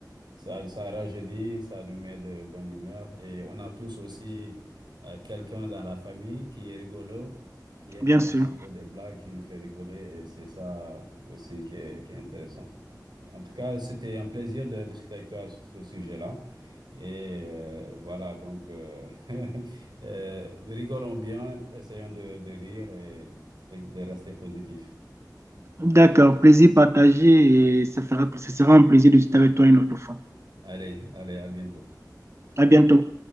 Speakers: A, on the right; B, on the right.
A: Ça, ça rajeunit, ça nous met de bonne humeur. Et on a tous aussi euh, quelqu'un dans la famille qui est rigolo, qui aime
B: bien sûr.
A: raconter des blagues, qui nous fait rigoler. Et c'est ça aussi qui est, qui est intéressant. En tout cas, c'était un plaisir de discuter avec toi sur ce sujet-là. Et euh, voilà, donc euh, <laughs> euh, rigolons bien, essayons de, de rire et de de rester positif.
B: D'accord, plaisir partagé et ça fera, ce sera un plaisir de discuter avec toi une autre fois.
A: Allez, allez, à bientôt.
B: À bientôt.